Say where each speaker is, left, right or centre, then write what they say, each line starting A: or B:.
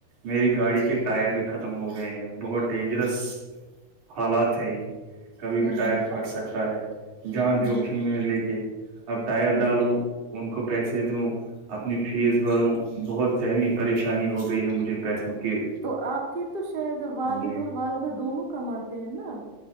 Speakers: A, on the right; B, on the right.
A: میری گاڑی کے ٹائر بھی ختم ہو گئے ہیں بہت ڈینجرس حالات ہے یہ کبھی
B: ہوں
A: بھی ٹائر پھٹ سکتا ہے جان
B: ہوں
A: جوخم میں لے کے اب ٹائر
B: ہوں
A: ڈالوں ان کو پیسے دوں اپنی فیس بھروں بہت ذہنی پریشانی ہو گئی ہے مجھے پیسوں کی
B: تو آپ کی تو شاید والد
A: لیے
B: اور والدہ دونوں کمات ہیں نا